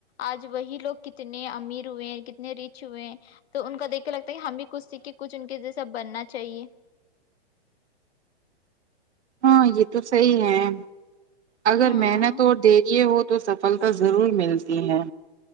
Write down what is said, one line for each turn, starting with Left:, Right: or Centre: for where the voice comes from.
Left: آج وہی لوگ کتنے امیر ہوئے ہیں کتنے ریچ ہوئے ہیں تو ان کا دیکھ کے لگتا ہے کہ ہمیں بھی کچھ سیکھ کے کچھ ان کے جیسا بننا چاہیے
Right: ہاں یہ تو صحیح ہے اگر
Left: ہاں
Right: محنت اور دے رہی ہے ہو تو تو صفلتا ضرور ملتی ہے